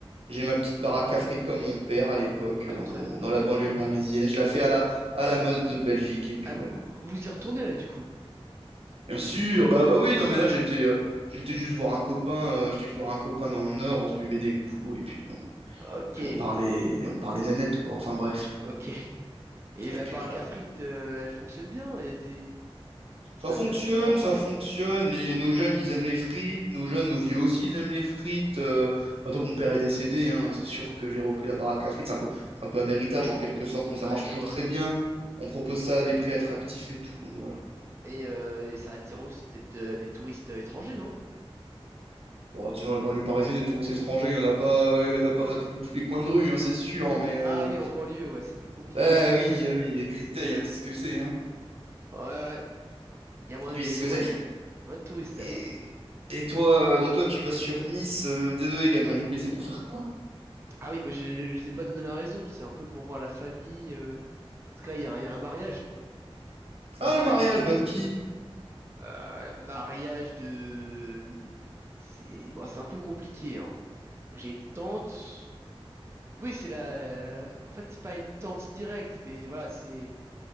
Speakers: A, on the right; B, on the right.
A: J'ai ma petite baraque à frites comme mon père à l'époque euh,
B: Ah,
A: dans,
B: très bien, très
A: dans
B: bien.
A: la banlieue parisienne. Je la fais
B: Et
A: à
B: ça.
A: la, à la mode de Belgique et puis
B: ah,
A: voilà.
B: vous, vous y retournez là, du coup.
A: Bien sûr, bah, ah oui,
B: C'est
A: non
B: ça.
A: mais là j'étais euh, j'étais juste voir un copain, euh, j'étais juste voir un copain dans le Nord, on se buvait des coups et puis on,
B: Ok.
A: puis
B: Et
A: on parlait on parlait
B: le-
A: nénette quoi. Enfin bref.
B: ok. Et la
A: Et puis
B: baraque
A: voilà.
B: à frites, euh, elle fonctionne bien. Il y a des. Ça
A: Ça
B: doit
A: fonctionne,
B: bien fonctionner à Paris.
A: ça fonctionne. Les- nos jeunes, ils aiment les frites. Nos jeunes, nos vieux aussi, ils aiment les frites. Euh, maintenant que mon père est décédé, hein, c'est sûr que j'ai repris la baraque à frites. C'est un peu, c'est un peu un héritage en quelque sorte, mais
B: Ouais,
A: ça marche
B: je
A: toujours
B: vois.
A: très bien. On propose
B: Et,
A: ça à des prix attractifs et tout. Donc voilà.
B: et, euh, et ça attire aussi peut-être euh, des touristes euh, étrangers, non?
A: Bon, tu sais, dans la banlieue parisienne, des touristes étrangers, il y en a pas, il y en a pas à tous tous les coins de rue, hein, c'est sûr. Mais
B: Ah
A: euh,
B: oui, en banlieue, ouais, c'est plus compliqué.
A: ah oui, ah oui, Créteil, hein, tu sais ce que c'est, hein.
B: Ouais, ouais. ouais. Il y a moins
A: Tu
B: de, il
A: sais ce
B: y
A: que
B: a moins
A: c'est.
B: de, il y a moins de touristes
A: Et,
B: là-bas.
A: et toi, euh, donc toi, tu vas sur Nice. euh, désolé, gamin, j'ai oublié. C'est pour faire quoi?
B: Ah oui, bah, je, je vous ai pas donné la raison. C'est un peu pour voir la famille. euh, Parce que là, il y a, un- il y a un mariage. Il
A: Ah,
B: y a un mariage
A: le mariage,
B: de.
A: bah de qui?
B: Euh, mariage de... C'est bon, c'est un peu compliqué, hein. J'ai une tante. Oui, c'est la... En fait, c'est pas une tante directe, mais voilà, c'est...